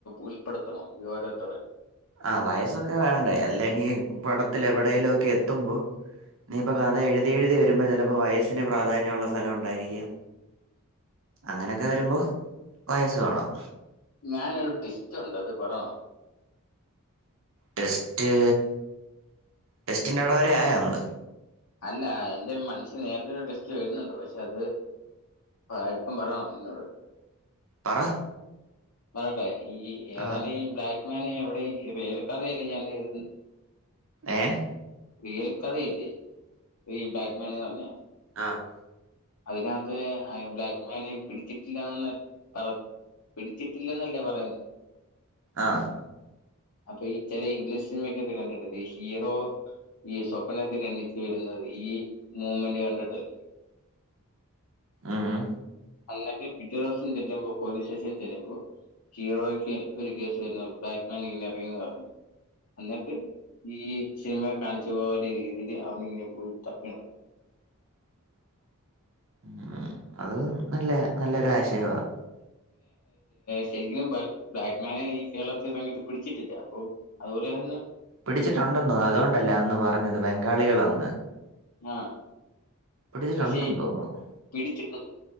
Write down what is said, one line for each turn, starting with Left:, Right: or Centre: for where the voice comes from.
Left: ഉൾപ്പെടുത്തണംഈ ഓരോരുത്തരയും
Right: ആ വയസ്സൊക്കെ വേണ്ടേ അല്ലെങ്കിൽ പടത്തിൽ എവിടെേലും ഒക്കെ എത്തുമ്പോ നീയിപ്പൊ കഥ എഴുതി എഴുതി വരുമ്പോ ചിലപ്പോ വയസിന് പ്രാധാന്യമുള്ളള്ള സ്ഥലം ഉണ്ടായിരിക്കാ അങ്ങനൊക്കെ വരുമ്പോ വയസസ് വേണം
Left: ഞാനൊരു ട്വിസ്റ്റ്‌ ഉണ്ട് അത് പറണോ
Right: ടെസ്റ്റ് ടെസ്റ്റിന്റെ അവിടെ വരെ ആയോ നമ്മള്
Left: അല്ല എന്റെ മനസ്സിൽ നേരത്തെ ഒരു ടെസ്റ്റ് വരുന്നുണ്ട് പക്ഷെ അത് ആ ഇപ്പം പറയണോ നിന്നോട്
Right: പറ
Left: പറയട്ടെ ഈ ഏതായാലും
Right: ആഹ്
Left: ഈ ബ്ലാക്ക്മാൻ എവിടെ ഏൽക്കാതെ അല്ലേ ഞാൻ <unintelligible>
Right: ഏഹ്
Left: റിയൽ കഥയില്ലേ ഈ ബ്ലാക്ക് മാൻന്ന് പറഞ്ഞ
Right: ആഹ്
Left: അതിനകത്ത് ബ്ലാക്ക്മാനെ പിടിച്ചിട്ടില്ലാന്ന് പറ പിടിച്ചിട്ടില്ലന്നല്ലേ പറയുന്നേ
Right: ആഹ്
Left: അപ്പൊ ഈ ചില ഇംഗ്ലീഷ് സിനിമക്കകത്ത് കണ്ടിട്ടില്ലേ ഹീറോ ഈ സ്വപ്നത്തിന്ന് എണീച്ചു വരുന്നത് ഈ മൂമെന്റ് കണ്ടിട്ടല്ലേ
Right: ആഹ്
Left: എന്നിട്ട് പിറ്റേ ദിവസം ചെല്ലുമ്പോ പോലീസ് സ്റ്റേഷനില് ചെല്ലുമ്പോ ഹീറോക്ക് ഒരു കേസ് വരുന്നു ബ്ലാക്ക്മാൻ <unintelligible> ഇറങ്ങിന്ന് പറഞ്ഞിട്ട് എന്നിട്ട് ഈ സിനിമ കാണിച്ചു പോകുന്ന രീതി‌ അവന് ഇങ്ങനെ പോയി തപ്പി നടക്കും
Right: <inaudible> ഉം അത് നല്ല നല്ലൊരു ആശയമാണ്
Left: ശരിക്കും ബാക്ക്മാന് ഈ കേരളത്തില് ഇറങ്ങീട്ട് പിടിച്ചിട്ടില്ല അപ്പം അതുപോലൊന്ന്
Right: പിടിച്ചിട്ടുണ്ട് തോന്നുന്നു അതുകൊണ്ടല്ലേ അന്ന് പറഞ്ഞത് ബംഗാളികളാന്ന്
Left: ആഹ്
Right: പിടിച്ചിട്ടുണ്ടെന്ന്
Left: പക്ഷേ
Right: തോന്നുന്നു
Left: പിടിച്ചിട്ട <unintelligible>